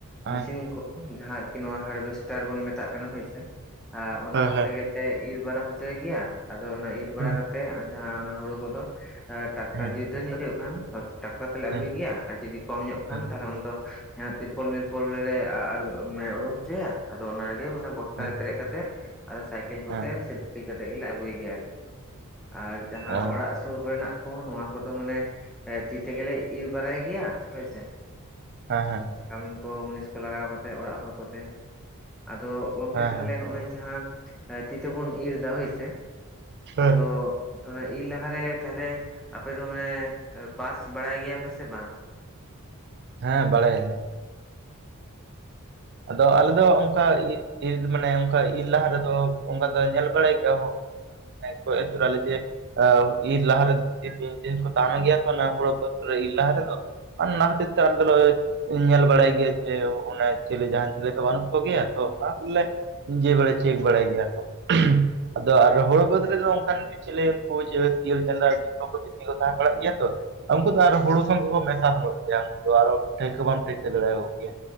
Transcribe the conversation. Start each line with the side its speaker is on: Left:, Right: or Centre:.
Right: ᱦᱮᱸ
Centre: ᱢᱮᱥᱤᱱ ᱠᱚ ᱡᱟᱦᱟᱸ ᱟᱨᱠᱤ ᱱᱚᱣᱟ ᱦᱟᱨᱵᱷᱮᱥᱴᱟᱨ ᱵᱚᱱ ᱢᱮᱛᱟᱜ ᱠᱟᱱᱟ ᱦᱳᱭᱥᱮ᱾ ᱟᱸ ᱚᱱᱟ
Right: ᱦᱮᱸ
Centre: ᱠᱚᱛᱮ
Right: ᱦᱮᱸ
Centre: ᱜᱮᱞᱮ ᱤᱨ ᱵᱟᱲᱟ ᱦᱚᱪᱚᱭ ᱜᱮᱭᱟ ᱟᱫᱚ ᱚᱱᱟ ᱤᱨ ᱵᱟᱲᱟ
Right: ᱦᱩᱸ
Centre: ᱠᱟᱛᱮᱜ᱾ ᱡᱟᱦᱟᱸ ᱚᱱᱟ ᱦᱩᱲᱩ ᱠᱚᱫᱚ ᱴᱨᱟᱠᱴᱟᱨ
Right: ᱦᱩᱸ
Centre: ᱡᱩᱫᱟᱹ ᱫᱷᱟᱹᱨ ᱧᱚᱜ ᱦᱳᱭᱜ ᱠᱷᱟᱱ ᱛᱚ᱾ ᱴᱟᱨᱟᱠᱴᱟᱨ ᱛᱮᱞᱮ
Right: ᱦᱩᱸ
Centre: ᱟᱹᱜᱩᱭ ᱜᱮᱭᱟ ᱟᱨ ᱡᱩᱫᱤ ᱠᱚᱢ ᱧᱚᱜ ᱠᱷᱟᱱ
Right: ᱦᱩᱸ
Centre: ᱛᱟᱦᱞᱮ ᱩᱱᱫᱚ ᱮᱸᱫ ᱛᱤᱨᱯᱚᱞ ᱢᱤᱨᱯᱚᱞᱮ ᱢᱟᱱᱮ ᱩᱰᱩᱠ ᱦᱚᱪᱚᱭᱟ ᱟᱫᱚ ᱚᱱᱟ ᱨᱮᱜᱮ ᱢᱟᱱᱮ ᱵᱚ ᱵᱚᱥᱛᱟ
Right: ᱦᱮᱸ
Centre: ᱨᱮ ᱯᱮᱨᱮᱡ ᱠᱟᱛᱮ ᱟᱫᱚ ᱥᱟᱭᱠᱮᱞ ᱠᱚᱛᱮ
Right: ᱦᱮᱸ
Centre: ᱥᱮ ᱫᱤᱯᱤᱞ ᱠᱟᱛᱮ ᱜᱮᱞᱮ ᱟᱹᱜᱩᱭ ᱜᱮᱭᱟ, ᱟᱨ ᱡᱟᱦᱟᱸ
Right: ᱚ
Centre: ᱚᱲᱟᱜ ᱥᱩᱨ ᱠᱚᱨᱮᱱᱟᱜ ᱠᱚᱦᱚ ᱱᱚᱣᱟ ᱫᱚ ᱢᱟᱱᱮ ᱛᱤᱛᱮ ᱛᱮᱜᱮᱞᱮ ᱤᱨ ᱜᱮᱭᱟ ᱦᱳᱭ ᱥᱮ᱾
Right: ᱦᱮᱸ ᱦᱮᱸ
Centre: ᱠᱟᱢᱤᱱ ᱠᱚ ᱢᱩᱱᱤᱥ ᱞᱟᱜᱟᱣ ᱠᱟᱛᱮ ᱚᱲᱟᱜ ᱦᱚᱲ ᱠᱚᱛᱮ, ᱟᱫᱚ ᱜᱚᱢᱠᱮ
Right: ᱦᱮᱸ
Centre: ᱛᱟᱦᱚᱞᱮ
Right: ᱦᱮᱸ
Centre: ᱱᱚᱜᱼᱚᱭ ᱡᱟᱦᱟᱸ ᱛᱤ ᱛᱮᱵᱚᱱ ᱤᱨᱻ ᱮᱫᱟ ᱦᱳᱭ ᱥᱮ
Right: ᱦᱮᱸ
Centre: ᱟᱫᱚ ᱚᱱᱟ ᱤᱨ ᱞᱟᱦᱟᱨᱮ ᱛᱟᱦᱚᱞᱮ ᱟᱯᱮᱫᱚ ᱢᱟᱱᱮ ᱵᱟᱥ ᱵᱟᱲᱟᱭ ᱜᱮᱭᱟ ᱯᱮ ᱥᱮ ᱵᱟᱝ?
Right: ᱦᱮᱸ ᱵᱟᱲᱟᱭ ᱟᱞᱮ᱾ ᱟᱫᱚ ᱟᱞᱮ ᱫᱚ ᱚᱱᱠᱟ ᱤ᱾ ᱤᱨ ᱢᱟᱱᱮ ᱚᱱᱠᱟ ᱤᱨ ᱞᱟᱦᱟ ᱨᱮᱫᱚ ᱚᱱᱠᱟ ᱫᱚ ᱧᱮᱞ ᱵᱟᱲᱟᱭ ᱜᱮᱭᱟ ᱜᱚᱡ ᱟᱹᱪᱩᱨᱟᱞᱮ ᱡᱮ᱾ ᱟ ᱤᱨ ᱞᱟᱦᱟᱨᱮ ᱵᱤᱧ ᱴᱤᱧ ᱠᱚ ᱛᱟᱦᱮᱱ ᱜᱮᱭᱟ ᱠᱚ ᱦᱩᱲᱩ ᱠᱷᱮᱫ ᱠᱚᱨᱮ ᱤᱨ ᱞᱟᱦᱟᱨᱮ ᱫᱚ᱾ ᱟᱨ ᱚᱱᱟ ᱠᱷᱟᱹᱛᱤᱨ ᱛᱮ ᱟᱞᱮ ᱫᱚᱞᱮ ᱧᱮᱞ ᱵᱟᱲᱟᱭ ᱜᱮᱭᱟ ᱡᱮ ᱚᱱᱮ᱾ ᱪᱮ ᱡᱟᱦᱟᱱ ᱛᱚ ᱵᱟᱹᱱᱩᱜ ᱠᱚᱜᱮᱭᱟ ᱛᱚ ᱢᱟᱜ ᱞᱮ᱾ ᱤᱡᱟᱹᱭ ᱵᱟᱲᱟᱭ ᱪᱮᱠ ᱵᱟᱲᱟᱭ ᱜᱮᱭᱟ ᱠᱚ ᱟᱫᱚ ᱟᱨᱚ ᱦᱳᱲᱳ ᱵᱟᱹᱫᱽ ᱨᱮᱫᱚ ᱚᱱᱠᱟᱱ᱾ ᱪᱤᱞᱟᱹ ᱩᱱᱠᱩ ᱥᱤᱭᱚᱞ ᱪᱟᱸᱫᱟ ᱵᱤᱧ ᱠᱚ ᱵᱮᱥᱤ ᱠᱚ ᱛᱟᱦᱮᱸ ᱵᱟᱲᱟᱜ ᱜᱮᱭᱟ ᱛᱚ? ᱩᱱᱠᱩ ᱫᱚ ᱟᱨᱚ ᱦᱩᱲᱩ ᱥᱚᱸᱜᱮ ᱠᱚ ᱢᱮᱥᱟ ᱜᱮᱭᱟ ᱩᱱᱠᱩ ᱫᱚ ᱟᱨᱚ ᱴᱷᱟᱹᱣᱠᱟᱹ ᱵᱟᱢ ᱴᱷᱟᱹᱣᱠᱟᱹ ᱫᱟᱲᱮ ᱟᱠᱠᱚ ᱜᱮᱭᱟ᱾